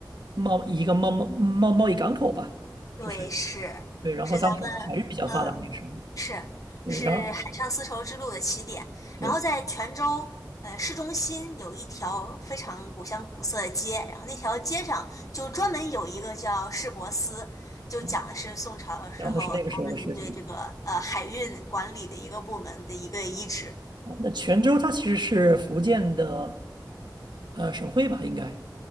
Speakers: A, on the right; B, on the left.
A: 贸一个贸贸贸贸易港口吧，
B: 对，
A: 就是
B: 是是咱们嗯。
A: 对，然后当时还是比较发达那个时候，
B: 是是海上丝绸之路的起点，
A: 对，然后对，
B: 然后在泉州呃市中心有一条非常古香古色的街，然后那条街上就专门有一个叫市舶司，就讲的是宋朝的时候他们对这个呃海运管理的一个部门的一个遗址。
A: 嗯，讲的是那个时候的事情。哦那泉州它其实是福建的呃省会吧，应该。